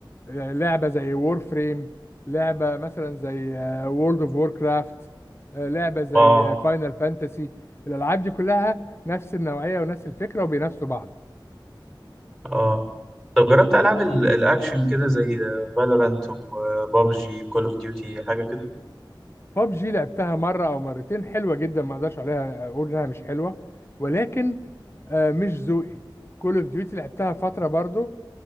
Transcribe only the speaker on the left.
لعبة زي وور فريم لعبة مثلا زي وورلد اوف وور كرافت لعبة زي
فاينل فانتسي الألعاب دي كلها نفس النوعية ونفس الفكرة وبينافسوا بعض
ببجي لعبتها مرة أو مرتين حلوة جدا ما أقدرش عليها آه، أقول إنها مش حلوة ولكن آه، مش ذوقي كول اوف ديوتي لعبتها فترة برضو